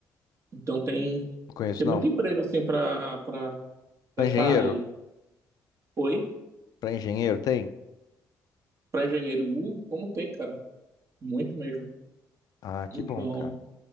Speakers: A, on the right (about 45°); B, on the left (about 65°).
A: Então tem
B: Não conheço,
A: tem
B: não.
A: muito emprego assim para para
B: Pra
A: essa
B: engenheiro?
A: área aí. Oi,
B: Pra engenheiro tem?
A: para engenheiro, uh, como tem, cara? Muito mesmo.
B: Ah, que
A: Então,
B: bom, cara.